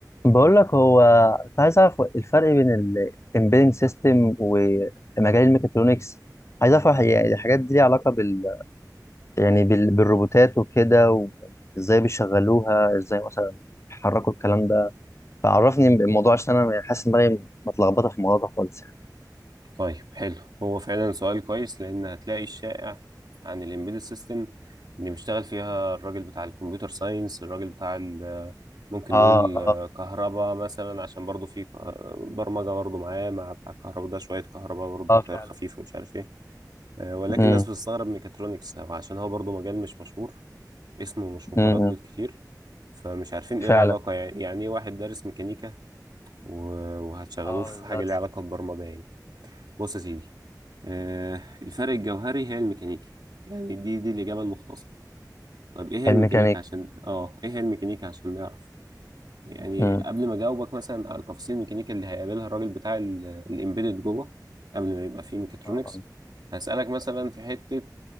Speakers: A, on the left; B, on the right.
A: بقول لك هو كنت عايز اعرف الفرق بين الامبيدنج سيستم ومجال الميكاترونكس عايز اعرف يعني الحاجات دي ليها علاقه بال يعني بال... بالروبوتات وكده وازاي بيشغلوها ازاي مثلا بيحركوا الكلام ده فعرفني الموضوع عشان انا يعني حاسس ان دماغي متلخبطه في الموضوع ده خالص يعني
B: طيب حلو هو فعلا سؤال كويس لان هتلاقي الشائع عن الامبيدد سيستم ان بيشتغل فيها الراجل بتاع الكمبيوتر ساينس الراجل بتاع ال- ممكن
A: اه
B: نقول كهرباء مثلا عشان برضه في ك- برمجه برضه معاه مع بتاع الكهرباء ده شويه كهرباء برضه
A: اه فعلا
B: تيار خفيف
A: اه فعلا
B: ومش عارف ايه آه، ولكن
A: امم
B: الناس بتستغرب ميكاترونكس أو عشان هو برضه مجال مش مشهور اسمه مش متردد
A: امم
B: كتير فمش عارفين
A: فعلا
B: ايه العلاقه يعني يعني ايه واحد دارس ميكانيكا و- وهتشغلوه
A: اه
B: في
A: بالظبط
B: حاجه ليها علاقه ببرمجه يعني بص يا سيدي آه، الفرق الجوهري هي الميكانيكا يعني دي دي الإجابة المختصرة طيب إيه هي
A: الميكانيك
B: الميكانيكا عشان آه إيه هي الميكانيكا عشان نعرف يعني
A: امم
B: قبل ما أجاوبك مثلا على تفاصيل الميكانيكا اللي هيقابلها الراجل بتاع الإمبيدد جوه قبل ما يبقى فيه ميكاترونكس
A: اه
B: هسألك مثلا في حتة